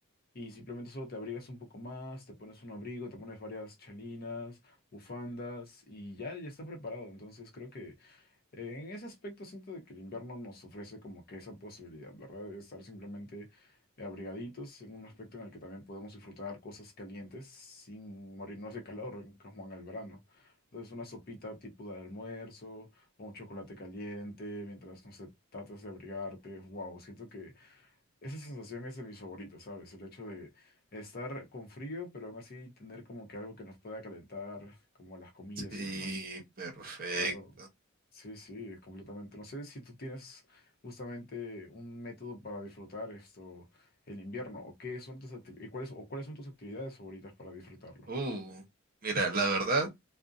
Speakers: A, on the left; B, on the right.
A: Y simplemente solo te abrigas un poco más, te pones un abrigo, te pones varias chalinas, bufandas y ya, ya estás preparado. Entonces creo que... Eh, En ese aspecto siento de que el invierno nos ofrece como que esa posibilidad, ¿verdad? De estar simplemente abrigaditos en un aspecto en el que también podemos disfrutar cosas calientes sin morirnos de calor, en- como en el verano. Entonces una sopita tipo de almuerzo o un chocolate caliente mientras, no sé, tratas de abrigarte. Wow, siento que esa sensación es de mis favoritas, ¿sabes? El hecho de estar con frío, pero aún así tener como que algo que nos pueda calentar, como las comidas
B: Sí,
A: y demás.
B: perfecto.
A: Claro, sí, sí, completamente. No sé si tú tienes justamente un método para disfrutar esto, el invierno, o qué son tus acti- y cuáles o cuáles son tus actividades favoritas para disfrutarlo.
B: Uh, mira, la verdad,